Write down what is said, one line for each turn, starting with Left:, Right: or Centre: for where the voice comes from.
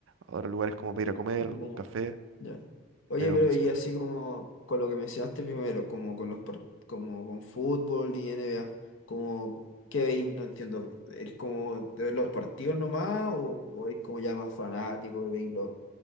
Right: ahora lugares como para ir a comer,
Left: Bueno,
Right: algún café,
Left: ya. Oye,
Right: pero
Left: pero
Right: princip-
Left: y así como con lo que mencionaste primero, como con los par- como con fútbol y NBA, como qué veis, no entiendo, ¿es como de ver los partidos nomás o, o es como ya más fanático y veis los,